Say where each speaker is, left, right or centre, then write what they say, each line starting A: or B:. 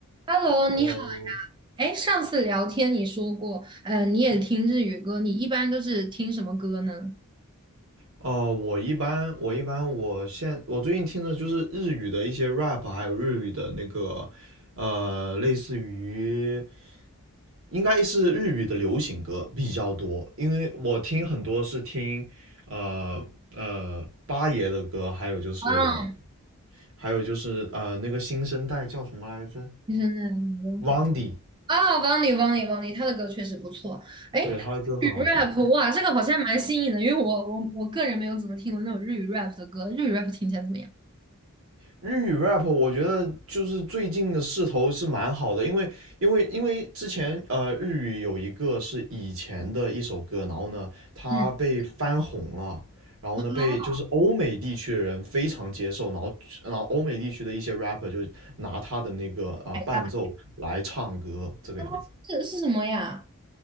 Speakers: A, on the right; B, on the right.
A: Hello，你好。
B: Hello，
A: 哎，上次聊天你说过，呃，你也听日语歌，你一般都是听什么歌呢？
B: 哦，我一般我一般我现我最近听的就是日语的一些 rap，还有日语的那个呃，类似于应该是日语的流行歌比较多，因为我听很多是听呃呃八爷的歌，还有就是
A: 啊，
B: 还有就是呃那个新生代叫什么来着
A: 听什么歌？
B: ？Wandy，
A: 啊，Vani Vani Vani，他的歌确实不错。哎，
B: 对，他的歌很好听。
A: 日语 rap，哇，这个好像蛮新颖的，因为我我我个人没有怎么听过那种日语 rap 的歌，日语 rap 听起来怎么样？
B: 日语 rap 我觉得就是最近的势头是蛮好的，因为因为因为之前呃日语有一个是以前的一首歌，然后呢它被翻红了，
A: 嗯，
B: 然后呢被就是欧美地区的人非常接受，
A: 啊，
B: 然后然后欧美地区的一些 rapper 就拿他的那个啊、
A: 海好。
B: 呃伴奏来唱歌这个样子。
A: 啊是是什么呀？